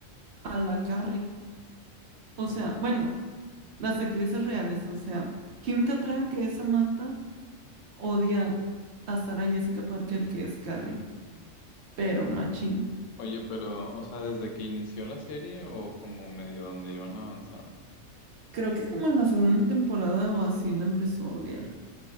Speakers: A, on the right; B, on the left.
A: a la Carrie. O
B: O-
A: sea, bueno, las actrices reales, o sea, Kim Cattrall, que es Samantha, odia a Sarah Jessica Parker, que es Carrie, pero machín.
B: Oye, pero, o sea, ¿desde que inició la serie o como medio donde iban avanzando?
A: Creo que como en la segunda temporada o así la empezó a odiar.